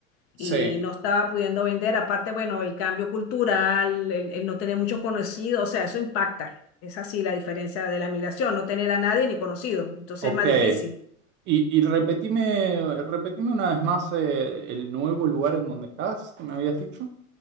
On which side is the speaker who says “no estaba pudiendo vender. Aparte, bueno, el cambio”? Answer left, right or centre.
Left